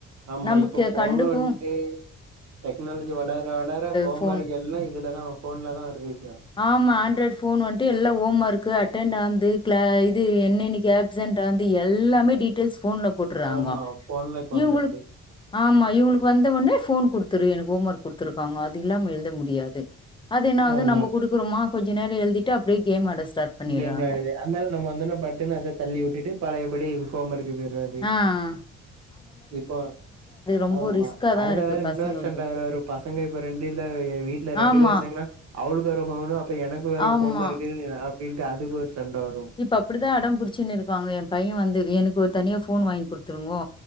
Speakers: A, on the right; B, on the left.
A: ஆமா
B: நம்மக்கு
A: இப்போ ஃபோனு
B: கண்டுக்கு
A: வந்ட்டு டெக்னாலஜி வளர வளர ஹோம்
B: ஃபோன்
A: ஒர்க் எல்லா இதுலதா ஃபோன்ல தா வருதுங்க
B: ஆமா ஆன்ட்ராய்ட் ஃபோன் வந்ட்டு எல்லா ஓம் ஒர்க் அட்டென்ட் ஆனது க்ளா இது என்னன்னைக்கு ஆப் சென்ட் ஆனது எல்லாமே டீட்டெல்ஸ் ஃபோன்ல போட்டுர்றாங்கொ
A: ஆமா ஃபோன்ல இப்ப
B: இவுங்களுக்
A: வந்துருது
B: ஆமா இவங்களுக்கு வந்தவொன்னே ஃபோன் குடுத்துரு எனக்கு ஹோம் ஒர்க் குடுத்துருக்காங்க அது இல்லாம எழுத முடியாது அது என்னாவது
A: ஆமா
B: நம்ம குடுக்குறோமா கொஞ்ச நேரோ எழுதிட்டு அப்டியே கேம் ஆட ஸ்டார்ட் பண்ணிறாங்க
A: கேம் வெளையாட்றது அந்தாண்ட நம்ம வந்தொன்ன பட்டுன்னு அத தள்ளிவுட்டுட்டு பழையபடி ஹோம் ஒர்க்கு போயிட்றது
B: ஆ ஆ
A: இப்போ
B: ரொம்ப
A: ஆமா
B: ரிஸ்கா
A: அதுல
B: தா இருக்கு
A: வேற இன்னொரு
B: பசங்களுக்கு
A: ஃப்ரெண்ட வேற ஒரு பாச ப்ப எங்களுக்கு ரெண்டு இல்ல வெ வீட்ல ரெண்டு
B: ஆமா
A: பேர் இருந்தாங்கன்னா அவளுக்கு வேற ஃபோனு அப்ப எனக்கு வேற
B: ஆமா
A: ஹோம் ஒர்க்கு அப்டின்ட்டு அதுக்கு ஒரு சண்ட வரு
B: இப்ப அப்டிதா அடம்புடிச்சுன்னு இருக்காங்க எ பைய வந்து எனக்கு ஒரு தனியா ஃபோன் வாங்கி குடுத்துருங்கோ